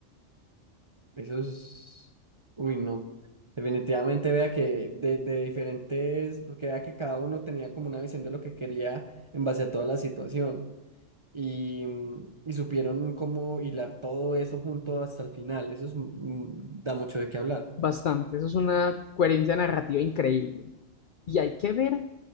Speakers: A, on the right (about 35°); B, on the left (about 70°).
A: Eso es... Uy, no. Definitivamente vea que de, de diferentes, porque vea que cada uno tenía como una visión de lo que quería en base a toda la situación y, mm, y supieron cómo hilar todo eso junto hasta el final. Eso es, mm, da mucho de qué hablar.
B: Bastante. Eso es una coherencia narrativa increíble. Y hay que ver